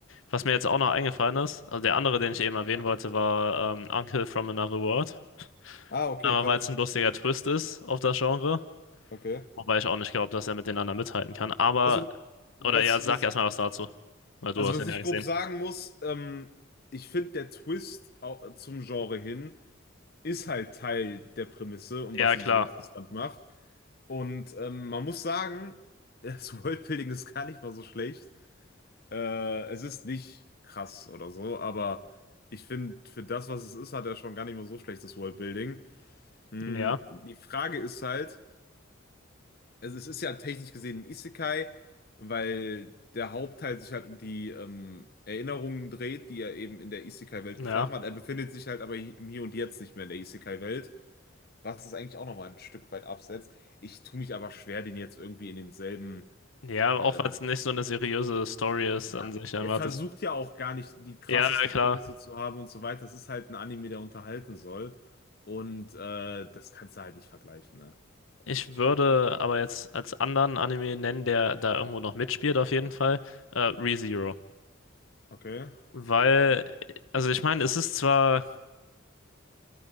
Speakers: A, on the left; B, on the left.
A: Was mir jetzt auch noch eingefallen ist, also der andere, den
B: Ja.
A: ich eben erwähnen wollte, war ähm, Uncle from Another World.
B: Ah, okay,
A: Einmal,
B: krass.
A: weil es ein lustiger Twist ist auf das Genre.
B: Okay.
A: Wobei ich auch nicht glaube, dass er mit den anderen mithalten kann. Aber,
B: Also, was,
A: oder ja, sag
B: was,
A: erstmal was dazu. Weil du
B: also
A: hast
B: was
A: ihn
B: ich
A: ja gesehen.
B: grob sagen muss, ähm, ich finde, der Twist au- zum Genre hin ist halt Teil der Prämisse und
A: Ja,
B: was ihn
A: klar.
B: so interessant macht. Und ähm, man muss sagen, <laughs> das Worldbuilding ist gar nicht mal so schlecht. Äh, es ist nicht krass oder so, aber ich finde, für das, was es ist, hat er schon gar nicht mal so schlechtes Worldbuilding. Hm,
A: Ja,
B: die Frage ist halt, also es ist ja technisch gesehen ein Isekai, weil der Hauptteil sich halt um die ähm, Erinnerungen dreht, die er eben in der Isekai-Welt
A: ja.
B: geschaffen hat. Er befindet sich halt aber hi- im Hier und Jetzt nicht mehr in der Isekai-Welt, was es eigentlich auch nochmal ein Stück weit absetzt. Ich tue mich aber schwer, den jetzt irgendwie in denselben
A: Ja, auch
B: äh,
A: weil es nicht so eine seriöse Story ist
B: Ja,
A: an sich einfach
B: der versucht
A: das.
B: ja auch gar nicht die krasseste
A: Ja, klar.
B: Prämisse zu haben und so weiter. Es ist halt ein Anime, der unterhalten soll. Und äh, das kannst du halt nicht vergleichen, ne?
A: Ich würde aber jetzt als anderen Anime nennen, der da irgendwo noch mitspielt, auf jeden Fall, äh, ReZero.
B: Okay,
A: Weil, also ich meine, es ist zwar,